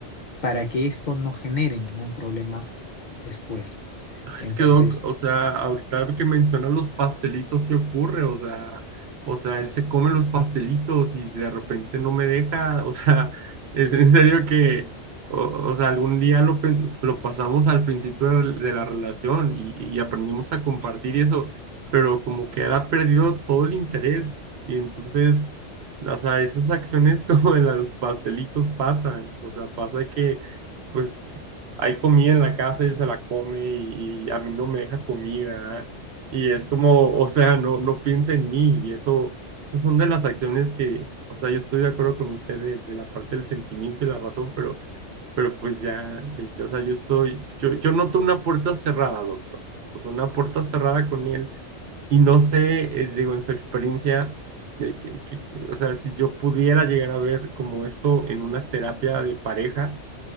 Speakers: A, on the left; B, on the right.
A: para que esto no genere ningún problema después.
B: Ay,
A: Entonces,
B: es que Doc, o sea, ahorita que menciona los pastelitos sí ocurre, o sea, o sea, él se come los pastelitos y de repente no me deja, <laughs> o sea, es en serio que, o, o sea, algún día lo, pen- lo pasamos al principio de la de la relación y, y aprendimos a compartir y eso, pero como que él ha perdido todo el interés y entonces, o sea, esas acciones <laughs> como de la- los pastelitos pasan, o sea, pasa que... Pues hay comida en la casa y él se la come y, y a mí no me deja comida. Y es como, o sea, no, no piensa en mí. Y eso, esas son de las acciones que, o sea, yo estoy de acuerdo con usted de, de la parte del sentimiento y la razón, pero, pero pues ya, ya- ya, o sea, yo estoy, yo, yo noto una puerta cerrada, doctor. O sea, una puerta cerrada con él. Y no sé, eh, digo, en su experiencia, eh, que- que- que- o sea, si yo pudiera llegar a ver como esto en una terapia de pareja